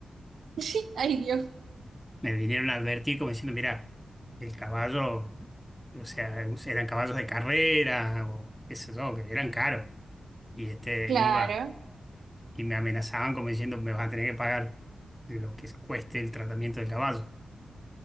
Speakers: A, on the right; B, in the centre.
A: <laughs> Ay, Dios,
B: Me vinieron a advertir como diciendo, mira, el caballo, o sea, eran caballos de carrera o qué sé yo, que eran caros. Y este
A: claro.
B: iba y me amenazaban como diciendo, me vas a tener que pagar lo que cueste el tratamiento del caballo,